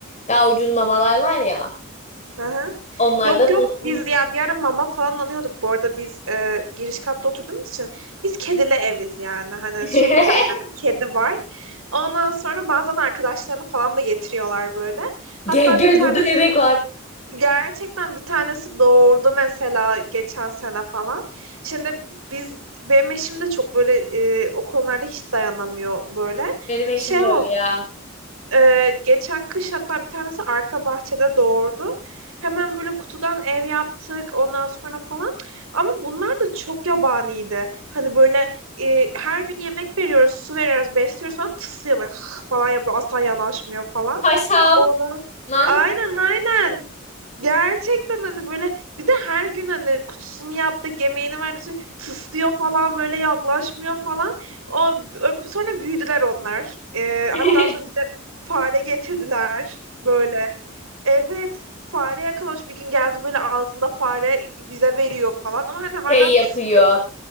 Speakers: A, on the left (about 35°); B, on the right (about 85°).
A: Daha ucuz mamalar var ya.
B: aha.
A: Onlardan
B: Yok yok
A: alıp-
B: biz ya bir ara mama falan alıyorduk. Bu arada biz e, giriş katta oturduğumuz için biz kedili eviz yani. Hani
A: <laughs>
B: sürekli her tarafta kedi var. Ondan sonra bazen arkadaşlarını falan da getiriyorlar böyle. Hatta
A: Gel gel
B: bir tane
A: burada bebek var.
B: Gerçekten bir tanesi doğurdu mesela geçen sene falan. Şimdi biz benim eşim de çok böyle e, o konularda hiç dayanamıyor böyle.
A: Benim eşim
B: Şey
A: de
B: oldu.
A: öyle ya.
B: e, geçen kış hatta bir tanesi arka bahçede doğurdu. Hemen böyle kutudan ev yaptık ondan sonra falan. Ama bunlar da çok yabaniydi. Hani böyle e, her gün yemek veriyoruz, su veriyoruz, besliyoruz falan tıslıyor böyle, <laughs> falan yapıyor. Asla yanaşmıyor falan.
A: Paşam.
B: Ona
A: Lan.
B: Aynen aynen. Gerçekten hani böyle bir de her gün hani kutusunu yaptı, yemeğini verdik tıslıyor falan böyle yaklaşmıyor falan. O, ö- sonra büyüdüler onlar. Ee,
A: <laughs>
B: hatta sonra bize fare getirdiler böyle. Evet fare yakalamış bir gün geldi böyle ağzında fare bize veriyor falan. Ama hani hala
A: Şey yapıyor.
B: tıslıyor.